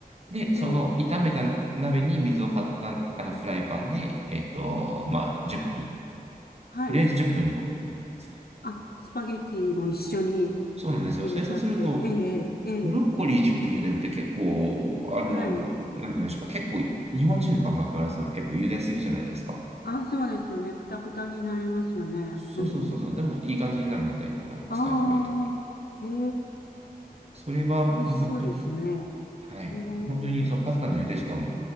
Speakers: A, on the right (about 40°); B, on the left (about 80°).
A: で、その炒めた鍋に水を張ったあのフライパンで、
B: ええ、
A: えっと、まあ、10分
B: はい。
A: とりあえず10分煮込むって感じですね。
B: あ、スパゲティも一緒に
A: そうなんですよ。
B: 入れちゃって。
A: で、そうすると、
B: ええ、ええ、ええ
A: ブロッコリー10分茹でるって結構、あの、
B: はい。
A: なんて言うんでしょうか、結構、日本人の感覚からすると結構茹ですぎじゃないですか。
B: あ、そうですよね。くたくたになりますよね。
A: そうそうそうそう、
B: うん。
A: でもいい感じになるので、あのパスタで食べると。
B: ああ、へえ。
A: それはもう本当に、
B: 美味しそうですね。
A: はい、
B: へえ、
A: 本当にそのパスタの茹で時間を